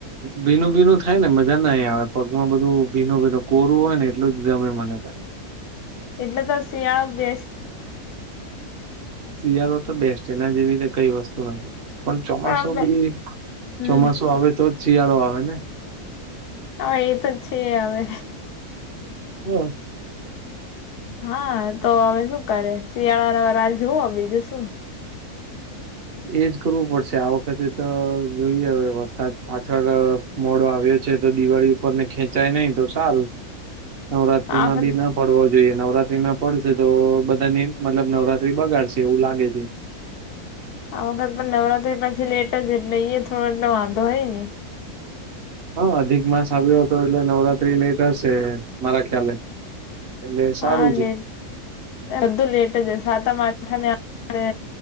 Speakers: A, on the right; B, on the left.
A: ભીનું ભીનું થાય ને મજા નય આવે પગમાં બધું ભીનો ભીનો કોરું હોય ને એટલું જ ગમે મને તા.
B: એટલે તો શિયાળો દેશ
A: શિયાળો તો બેસ્ટ. એના જેવીને કઈ વસ્તુ નથી. પણ ચોમાસું
B: પણ
A: બી.
B: હમ
A: ચોમાસું આવે તો જ શિયાળો આવે ને?
B: હવે એ તો છે હવે.
A: હ
B: હા તો હવે શું કરે. શિયાળા ન રાહ જોવો બીજું શું.
A: એજ કરવું પડશે, આ વખતે તો જોઈએ હવે વરસાદ પાછળ મોડો આવ્યો છે તો દિવાળી ઉપરને ખેંચાય નહી તો સારું. નવરાત્રીમાં
B: આ વખત
A: બી ન ફડવો જોઈએ. નવરાત્રીમાં ફડશે તો બધાની મતલબ નવરાત્રી બગાડશે એવું લાગે છે.
B: આ વખત પણ નવરાત્રી પછી લેટ જ એટલે ઈ થોડો એટલો વાંધો હોય ને.
A: હા અધિક માસ આવ્યો હતો એટલે નવરાત્રી લેટ હશે મારા ખ્યાલે. એટલે
B: હા
A: સારું જ
B: ને બધું લેટ જ હોય, સાતમ આઠમે આ વખતે